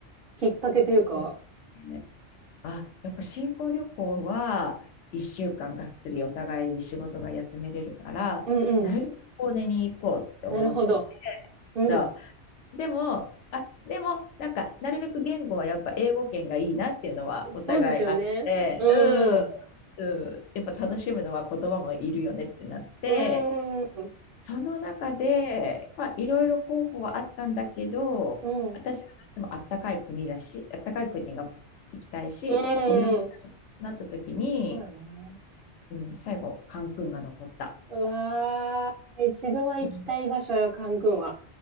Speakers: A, on the right; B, on the left.
A: きっかけというか。
B: そう。ねあ、やっぱ新婚旅行は1週間がっつりお互い仕事が休めれるから、
A: うんうん。
B: なるべく遠出に行こうって思ってて、
A: なるほど。うん。
B: そう。でも、あ、でも、なんか、なるべく言語はやっぱ英語圏がいいなっていうのはお互いあって、
A: そうですよね。うん。
B: うん、うん、やっぱ楽しむのは言葉もいるよねってなって、
A: うん。うん。
B: その中で、まあ、いろいろ候補はあったんだけど、
A: うん。
B: 私はどうしてもあったかい国だし、あったかい国が行きたいし、
A: うん
B: 泳ぎたいしなった時に、
A: そうだね。
B: うん、最後、カンクンが残った。
A: うわー、一度は行きたい場所よ、
B: うん
A: カン君は。